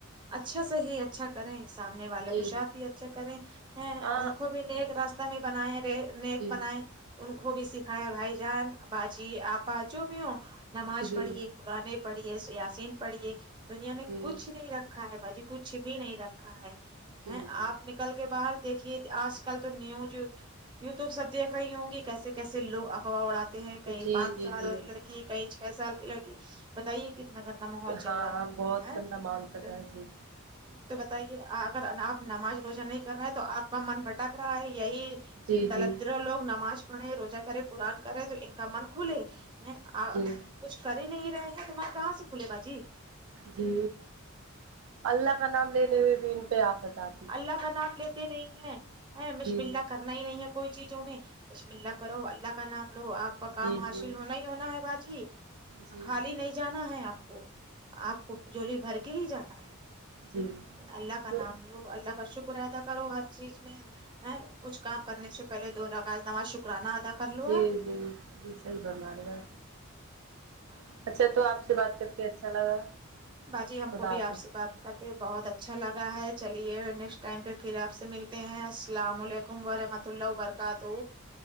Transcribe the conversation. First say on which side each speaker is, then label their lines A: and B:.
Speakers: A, on the right; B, on the right.
A: اچھا سے ہی اچھا کریں سامنے والے
B: جی
A: کو شاتھ بھی اچھے کریں ان
B: ہاں
A: کو بھی نیک راستہ میں بنائے رے نیک
B: جی
A: بنائے ان کو بھی سکھائے بھائی جان باجی آپا جو بھی ہو نماز
B: جی
A: پڑھیے قرآنے پڑھیے یسین پڑھیے دنیا میں
B: جی
A: کچھ نہیں رکھ ا ہے باجی کچھ بھی نہیں رکھا ہے
B: جی
A: ہں
B: جی
A: آپ نے کل کے باہر دیکھیے آج کل تو نیوز یو ٹیوب سب دیکھ رہی ہوں گی کیسے کیسے سے لوگ افواہ اڑاتے ہیں کہیں
B: جی
A: پانچ
B: جی
A: سال
B: جی
A: لڑکی کہیں چھ سال کی لڑکی بتائیے کتنا گندا ماحول چل
B: ہاں
A: رہا ہے
B: بہت
A: ہاں
B: گندا ماحول چل
A: د
B: رہا ہے جی
A: تو بتائیے اگر آپ نماز روزہ نہیں کر رہے ہیں تو آپ کا من بھٹک رہا ہے یہی
B: جی
A: دلدرو
B: جی
A: لوگ نماز پڑھے روزہ کرے قرآن کرے تو ان کا من کھلے ا
B: جی
A: کچھ کر ہی نہیں رہے ہیں تو من کہاں سے کھلے باجی
B: جی اللہ کا نام لینے میں بھی ان پہ آفات آ
A: اللہ کا نام لیتے نہیں ہے ہیں یں بسم
B: جی
A: اللہ کرنا ہی نہیں ہے کوئی چیزوں میں بسم اللہ کرو اللہ کا نام لو آپ کا کام
B: جی
A: حاصل
B: جی
A: ہونا ہی ہونا ہے باجی
B: جی
A: خالی نہیں جانا ہے آپ کو آپ کو جھولی بھر کے ہی جانا ہے
B: جی
A: اللہ کا
B: تو
A: نام لو اللہ کا شک ر ادا کرو ہر چیز میں ہیں کچھ کام کرنے سے پہلے دو رکعت نماز شکرانہ ادا کر لو
B: جی
A: آپ
B: جی جی صحیح فرما رہی آپ
A: آ
B: اچھا تو آپ سے بات کر کے اچھا لگا
A: باجی ہم
B: خدا
A: کو بھی
B: حافظ
A: آپ سے بات کر کے بہت اچھا لگا ہے چلیے نیکسٹ ٹائم پہ پھر آپ سے ملتے ہیں السلام علیکم ورحمت اللہ و برکاتہ